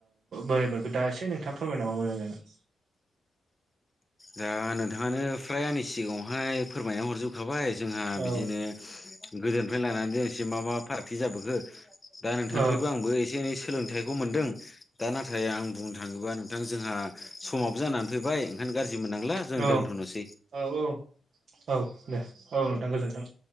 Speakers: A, on the right; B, on the left.
A: बोरै मोनखो दा एसे नोंथाङा फोरमायनांगौ मोजां जागोन।
B: दा नोंथाङानो ओफ्राय आंनि सिगाङाव ओमफाय फोरमाया हरजोबखाबाय जोंहा बिदिनो
A: औ
B: गोदोनिफ्राय लानानै द एसे मा मा फाराग जाबोखो दा नोंथांनिफ्रायइबो
A: औ
B: आंबो एसे एनै सोलोंथाइ खौ मोनदों दा नाथाय आं बुंनो थाङोबा नोंथां जोंहा समाबबो जानानै फैबाय ओंखायनो गाज्रि मोननांला जों
A: औ
B: दोनथ'नोसै
A: औ औ औ दे औ नोंथां गोजोन्थों।